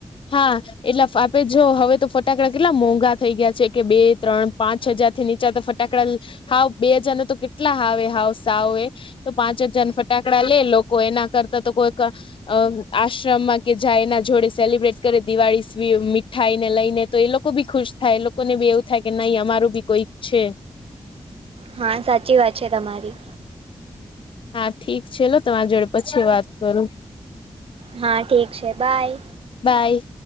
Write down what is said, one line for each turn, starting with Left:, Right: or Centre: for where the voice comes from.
Left: હા એટલે આપે જો હવે તો ફટાકડા કેટલા મોંઘા થઈ ગયા છે કે બે ત્રણ પાંચ હજાર થી નીચા તો ટાકડા હાવ બે હજાર ન તો કેટલા હાવે હાવ સાવ એ તો પાંચ હજાર ફટાકડા લે લોકો એના કરતા તો કોઈક અ આશ્રમમાં કે જાય એના જોડે સેલિબ્રેટ ે દિવાળી મીઠાઈ ને લઈને તો એ લોકો બી ખુશ થાય એ લોકો ને બી એવું થાય કે નઈ અરું બી કોઈ છે
Right: હા સાચી વાત છે તમારી
Left: હા ઠીક છેલો તમારી જોડે પછી વાત કરું
Right: હા ઠીક છે બાય
Left: બાય